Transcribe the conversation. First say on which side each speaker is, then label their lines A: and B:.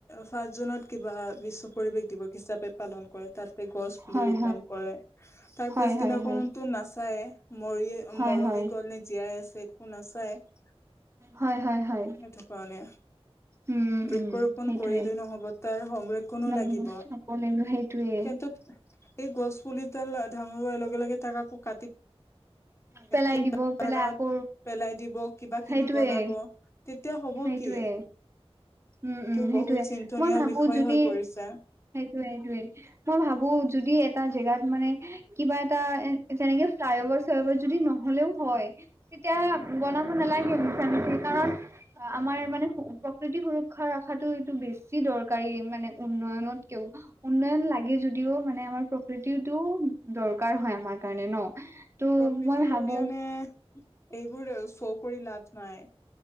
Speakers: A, on the left; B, on the right.
A: ফাৰ্ষ্ট জুনত কিবা বিশ্ব পৰিৱেশ দিৱস হিচাপে পালন কৰে তাতে গছ পুলি
B: হয়
A: ৰোপন কৰে
B: হয়
A: তাৰ পিছদিনা
B: হয় হয় হয়
A: কোনোতো নাচায় মৰি
B: হয়
A: মৰহি
B: হয়
A: গ'ল নে জীয়াই আছিল নাচায় সেইটো
B: হয় হয় হয়
A: কাৰণে
B: উম
A: বৃক্ষৰোপন
B: উম সেইটোৱে
A: কৰিলেই নহব তাৰ সংৰক্ষণো
B: নগছ
A: লাগিব
B: চাব লাগিব সেইটোয়ে
A: কিন্তু এই গছ পুলিডাল ডাঙৰ হোৱা লগে লগে তাক আকৌ কাটি
B: পেলাই
A: কাৰনত
B: দিব পেলাই আকৌ
A: পেলাই দিব কিবা কিবি
B: সেইটোয়ে
A: বনাব তেতিয়া হ'ব
B: সেইটোয়ে
A: কি
B: উম
A: এইটো
B: উম সেইটোয়ে
A: বহুত চিন্তনীয়
B: মই ভাবো
A: বিষয়
B: যদি
A: হৈ পৰিছে।
B: সেইটোয়ে সেইটোয়ে মই ভাবো যদি এটা জেগাত মানে কিবা এটা এ তেনেকে ফ্লাইঅভাৰ চাইঅভাৰ যদি নহলেও হয় তেতিয়া বনাব নালাগে মিছা মিছি কাৰণ আমাৰ মানে প্ৰকৃতি সুৰপ ৰ্ষা ৰখাটো এইটো বেছি দৰকাৰী মানে উন্নয়নতকেও উন্নয়ন লাগে যদিও মানে আমাৰ প্ৰকৃতিটো দৰকাৰ হয় আমাৰ কাৰণে ন ত'
A: প্ৰকৃতিৰ
B: মই ভাবো
A: অবিহনে এইবোৰ চৌ কৰি লাভ নাই